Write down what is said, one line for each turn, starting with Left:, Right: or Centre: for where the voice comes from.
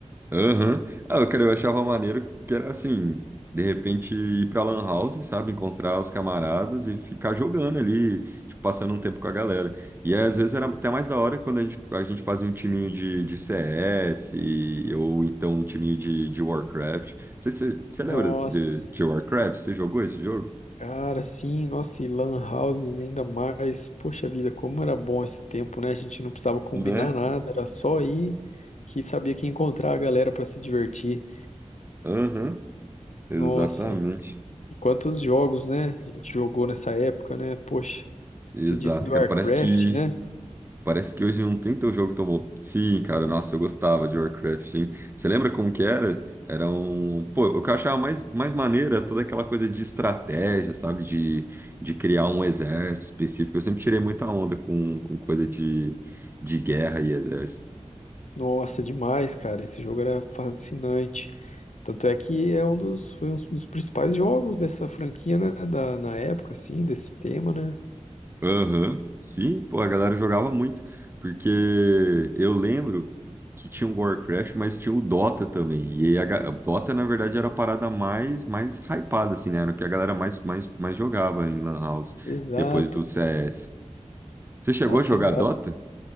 Right: Aham. Ah, eu, cara, eu achava maneiro que era assim, de repente ir pra Lan House, sabe? Encontrar os camaradas e ficar jogando ali, tipo, passando um tempo com a galera. E às vezes era até mais da hora quando a gente, a gente fazia um timinho de, de CS ou então um timinho de, de Warcraft. Você, você, você
Left: Nossa.
Right: lembra de, de Warcraft? Você jogou esse jogo?
Left: Cara, sim, nossa, e lan houses ainda mais. Poxa vida, como era bom esse tempo, né? A gente não precisava combinar
Right: Né?
Left: nada, era só ir que sabia que ia encontrar a galera pra se divertir.
Right: Aham, exatamente.
Left: Nossa, e, e quantos jogos, né? A gente jogou nessa época, né? Poxa,
Right: Exato,
Left: você disse do
Right: cara.
Left: Warcraft,
Right: Parece que
Left: né?
Right: Parece que hoje não tem teu jogo tão bom. Sim, cara, nossa, eu gostava de Warcraft, sim. Você lembra como que era? Era um... Pô, o que eu achava mais, mais maneiro era toda aquela coisa de estratégia, sabe? De, de criar um exército específico. Eu sempre tirei muita onda com, com coisa de, de guerra e exército.
Left: Nossa, demais, cara, esse jogo era fascinante. Tanto é que é um dos, foi um dos principais jogos dessa franquia, né? Da, na época, assim, desse tema, né?
Right: Aham, Sim, pô, a galera jogava muito, porque eu lembro que tinha o Warcraft, mas tinha o Dota também, e aí a, ga- a Dota, na verdade, era a parada mais, mais hypada, assim, né, era o que a galera mais, mais, mais jogava em Lan House,
Left: Exato.
Right: depois do CS. Você chegou
Left: Nossa,
Right: a jogar
Left: exato.
Right: Dota?